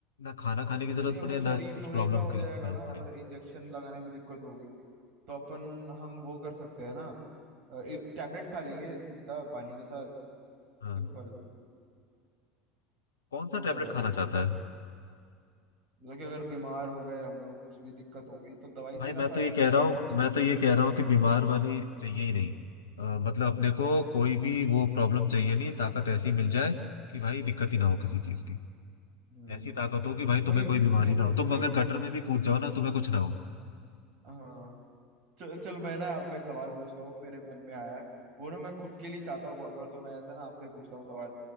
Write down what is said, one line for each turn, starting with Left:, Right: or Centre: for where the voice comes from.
Left: ना खाना खाने की जरूरत
Right: नहीं अगर
Left: पड़े
Right: शरीर
Left: ना कुछ
Right: लोहे
Left: प्रॉब्लम
Right: का हो
Left: की
Right: जाएगा
Left: जरूरत
Right: ना
Left: पड़े
Right: अगर इंजेक्शन लगाने में दिक्कत होगी तो अपन हम वो कर सकते हैं ना अ, एक टैबलेट खा लेंगे सीधा पानी के साथ
Left: हाँ
Right: सिंपल
Left: कौन
Right: तो
Left: सा
Right: क्या
Left: टेबलेट
Right: भाई
Left: खाना चाहता है
Right: मतलब कि अगर बीमार हो गए हम लोग कुछ भी दिक्कत हो गई तो दवाई
Left: भाई
Right: सीधा
Left: मैं
Right: खा
Left: तो
Right: लेंगे
Left: ये कह
Right: हम
Left: रहा हूँ
Right: इंजेक्शन
Left: मैं तो ये
Right: क्यों
Left: कह
Right: लेंगे
Left: रहा हूँ कि बीमार वाली चाहिए ही नहीं अ, मतलब अपने को कोई भी वो प्रॉब्लम चाहिए नहीं ताकत ऐसी मिल जाए कि भाई दिक्कत ही ना हो किसी चीज की
Right: हम्म
Left: ऐसी ताकत हो कि भाई
Right: भाई
Left: तुम्हें कोई बीमारी
Right: मैं
Left: ना हो तुम
Right: भाई
Left: अगर गटर में भी कूद जाओ ना तुम्हें कुछ ना हो
Right: हाँ चल चल मैं ना आपको एक सवाल पूछता हूँ मेरे मन में आया है वो ना मैं खुद के लिए चाहता हूँ बहुत बार तो मैं ऐसा ना आपसे पूछता हूँ सवाल